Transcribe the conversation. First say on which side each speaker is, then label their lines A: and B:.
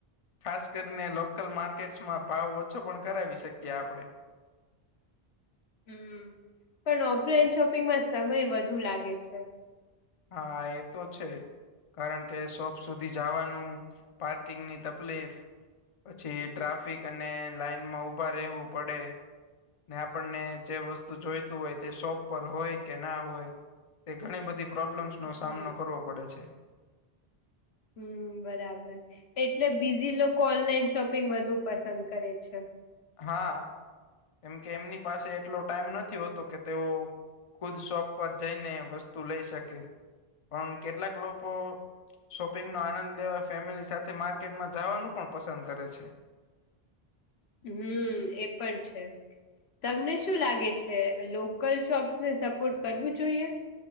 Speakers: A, on the left (about 40°); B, on the left (about 85°).
A: ખાસ કરીને લોકલ માર્કેટસમાં ભાવ ઓછો પણ કરાવી શકીએ આપણેે.
B: હમ પણ ઓફલાઈન શોપિંગમાં સમય વધુ લાગે છે.
A: હા એ તો છે. કારણ કે શોપ સુધી જાવાનું, પાર્કિંગ ની તકલીફ. પછી ટ્રાફિક અને લાઈનમાં ઉભા રહેવું પડે. ને આપણને જે વસ્તુ જોઈતું હોય તે શોપ પર હોય કે ના હોય. તે ઘણી બધી પ્રોબ્લેમ્સનો
B: હમ
A: સામનો કરવો પડે છે.
B: હમ બરાબર. એટલે બીજી લોકો ઓનલાઈન શોપિંગ વધુ પસંદ કરે છે.
A: હા. કેમ કે એમની પાસે એટલો ટાઈમ નથી હોતો કે તેઓ ખુદ શોપ પર જઈને વસ્તુ લઈ શકે. પણ કેટલાક લોકો શોપિંગનો આનંદ લેવા ફેમિલી સાથે માર્કેટમાં જવાનું પણ પસંદ કરે છે.
B: હમ એ પણ છે. તમને શું લાગે છે લોકલ શોપ્સ ને સપોર્ટ કરવું જોઈએ?